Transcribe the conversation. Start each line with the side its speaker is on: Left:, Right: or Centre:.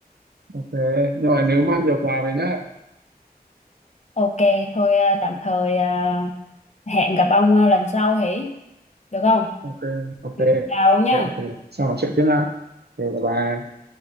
Right: ok nhưng mà nhớ mang nhiều quà về nhá
Left: ok thôi ờ, tạm thời ờ, hẹn gặp ông ờ, lần sau hỉ được không
Right: ok ok
Left: ừ, chào ông nha
Right: ok sau nói chuyện tiếp nha ok bye bye